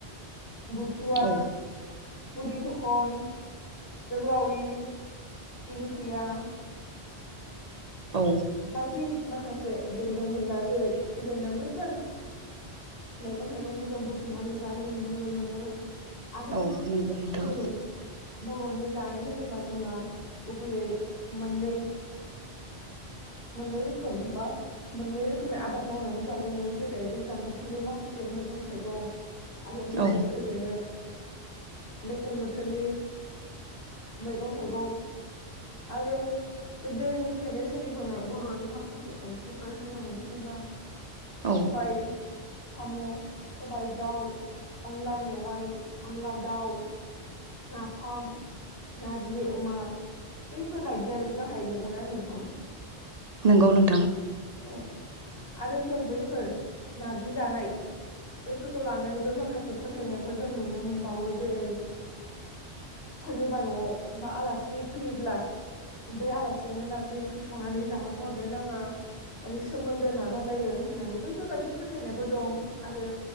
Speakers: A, on the left; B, on the right.
A: बुथुवा,
B: औ
A: बुरि, थखन, जोगोलावरि, दिंखिया
B: औ
A: बायदि माखासे बेन्दों बेनला जेरै खिफि बेन्दों बैफोर मेगं थाइगंखौ जों बुथुमनानै जानाय नुनो मोनो। आरो
B: औ नंगौ नोंथां
A: जोंनि बर'नि जानाय होनोब्ला जोंना गुबैयै मोननै मोननै रोखोम बा मोननै रोखोमै आबाद मावनानै जानाय नुयो जेरै दैज्लां बोथोरनि माखासे मैगं थाइगं आरो बेजों
B: औ
A: लोगोसेनो मेसें बोथोरनि मैगं थाइगं आरो गोदोनिफ्रायनो सोलिबोनाय बर'नि माखासे ओंख्रिफोर होननानै बुङोब्ला
B: औ
A: सबाय साम' सबाय दाउ अनला मेवाइ अनला दाउ नाफाम, नारजि अमा बैफोरबायदियानो गाहाय नंगौना नोंथां?
B: नोंगौ नोंथां।
A: औ आरो जों बैफोर नारजि जानाय बैफोरखौ लानानैबो माखासे फोथायनायफोर जों नुनो मोनबावो जेरै सोरनिबा न'आव बा आलासि फैयोब्ला बै आलासिनो नार्जि ओंख्रि संनानै जाहोहरनो नाङा माने सोमोन्दो नागारलायो होननानै बैफोरबायदि फोथायनायबो दं आरो